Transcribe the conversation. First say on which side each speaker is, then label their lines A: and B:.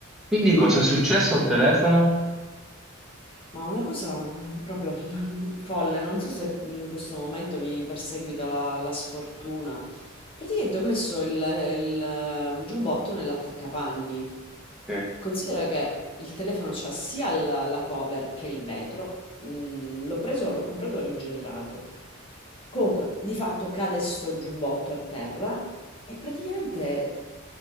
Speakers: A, in the centre; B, on the left.
A: Quindi cosa è successo al telefono?
B: Ma una cosa proprio <laughs> folle, non so se in questo momento mi perseguita la, la sfortuna. Praticamente ho messo il, il eh, giubbotto nell'attaccapanni.
A: Sì.
B: Considera che il telefono c'ha sia la, la cover che il vetro. Mm, l'ho preso, l'ho comprato rigenerato. Comunque, di fatto cade sto giubbotto a terra. E praticamente